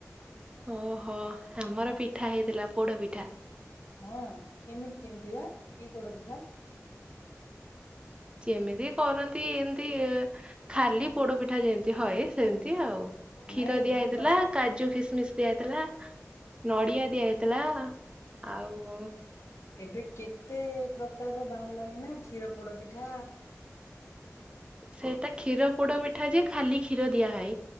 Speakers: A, on the right; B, on the left.
A: ଅହୋ ଆମର ପିଠ ପିଠା ହେଇଥିଲା ପୋଡ ପିଠା।
B: ହଁ କେମିତି କେମିତି ବା କି ପୋଡ ପିଠା?
A: ଯେମିତି କରନ୍ତି ଏମିତି ଖାଲି ପୋଡପିଠା ଯେମତି ହଏ ସେମିତି ଆଉ କ୍ଷୀର
B: ନାଇଁ ଏବେ
A: ଦିଆ ହେଇଥିଲା
B: ବା
A: କାଜୁ କିସମିସ ଦିଆ ହେଇଥିଲା। ନୋଡ଼ିଆ ଦିଆ ହେ ଥିଲା ଆଉ
B: ଏବେ କେତେ ପ୍ରକାରର ବାହାରିଲାଣି ନା କ୍ଷୀର ପୋଡ ପିଠା
A: ସେଟା କ୍ଷୀର ପୋଡ଼ ପିଠା ଯେ ଖାଲି କ୍ଷୀର ଦିଆହଏ।